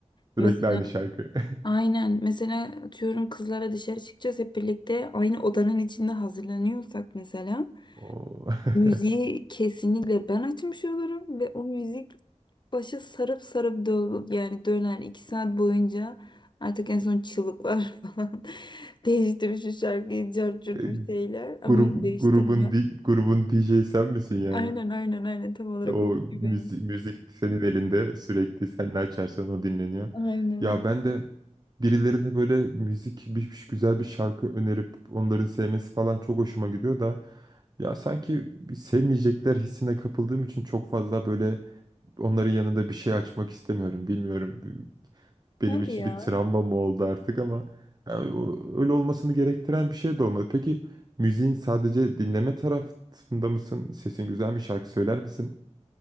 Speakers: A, on the left (about 40°); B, on the right (about 35°).
A: Mesela
B: sürekli aynı şarkı. <laughs>
A: aynen mesela atıyorum kızlara dışarı çıkacağız hep birlikte aynı odanın içinde hazırlanıyorsak mesela
B: O <laughs>
A: müziği kesinlikle ben açmış olurum ve o müzik başa sarıp sarıp dö yani döner iki saat boyunca artık en son çığlıklar <laughs> falan değiştirir şu şarkıyı cart curt
B: E,
A: bir şeyler ama
B: grup
A: değiştirmem.
B: grubun di- grubun DJ sen misin yani?
A: Aynen aynen aynen tam olarak
B: O
A: o kişi
B: müzik,
A: benim.
B: müzik senin elinde sürekli sen ne açarsan o dinleniyor.
A: Aynen.
B: Ya ben de birilerine böyle müzik bir, bir- güzel bir şarkı önerip onların sevmesi falan çok hoşuma gidiyor da ya sanki bir sevmeyecekler hissine kapıldığım için çok fazla böyle onların yanında bir şey açmak istemiyorum. Bilmiyorum benim
A: Hadi
B: için
A: ya.
B: bir travma mı oldu artık ama yani o- öyle olmasını gerektiren bir şey de olmadı. Peki müziğin sadece dinleme tarafında mısın? Sesin güzel mi? Şarkı söyler misin?